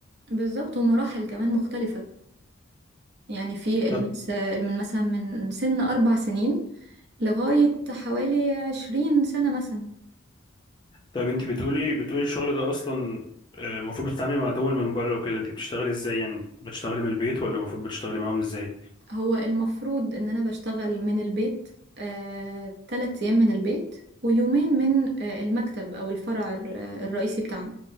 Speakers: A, on the right (about 55°); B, on the left (about 20°).
A: بالظبط ومراحل كمان مختلفة يعني في
B: طب
A: النس- من مثلا من سن أربع سنين لغاية حوالي عشرين سنة مثلا
B: طب انت بتقولي بتقولي الشغل ده اصلا آه، المفروض بتتعاملي مع دول من بره وكده انت بتشتغلي ازاي يعني بتشتغلي من البيت ولا المفروض بتشتغلي معاهم ازاي
A: هو المفروض ان انا بشتغل من البيت آه، تلات ايام من البيت ويومين من آه، المكتب او الفرع الر- الرئيسي بتاعنا